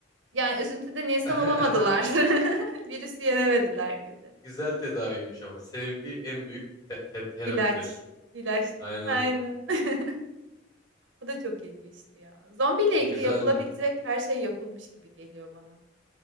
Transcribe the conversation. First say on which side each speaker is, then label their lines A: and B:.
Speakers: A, on the right; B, on the left.
A: Yani üzüntüden insan
B: <laughs>
A: olamadılar. <laughs> Virüsü yenemediler gibi.
B: Güzel tedaviymiş ama. Sevgi en büyük te- te- terapidir.
A: İlaç. ilaçtır.
B: Aynen.
A: Aynen. <laughs> O da çok ilginçti ya. Zombiyle
B: Güzeldi.
A: ilgili yapılabilecek her şey yapılmış gibi geliyor bana.